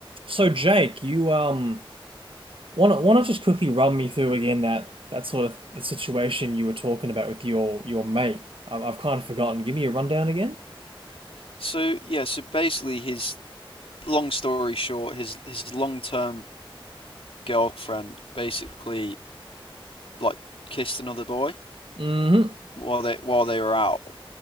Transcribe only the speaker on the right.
So Jake, you um wanna wanna just quickly run me through again that that sort of the situation you were talking about with your your mate. I've, I've kind of forgotten. Give me a rundown again.
Mm-hmm.